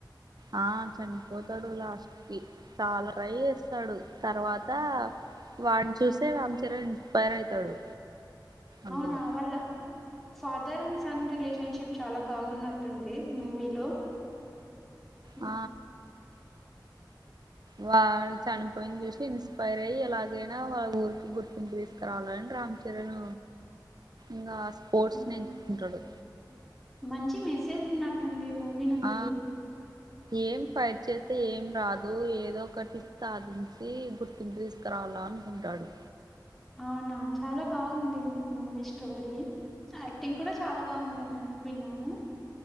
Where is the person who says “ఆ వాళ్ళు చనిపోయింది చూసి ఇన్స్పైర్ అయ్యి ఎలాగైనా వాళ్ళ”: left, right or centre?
Right